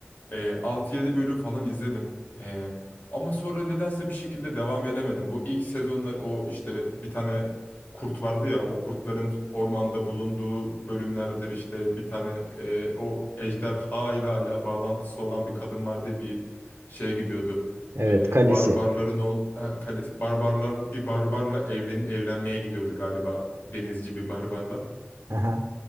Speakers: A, on the left (about 50°); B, on the right (about 70°).
A: E, 6-7 bölüm falan izledim. E, ama sonra nedense bir şekilde devam edemedim. Bu ilk sezonlar o işte bir tane kurt vardı ya o kurtların ormanda bulunduğu bölümlerdir işte bir tane e, o ejderha ile ala bağlantısı olan bir kadın vardı ya, bir şeye gidiyordu.
B: Evet
A: E,
B: kalesi.
A: barbarların ol ha, kalesi barbarlar bir barbarla evlen evlenmeye gidiyordu galiba denizci bir barbarla.
B: Aha,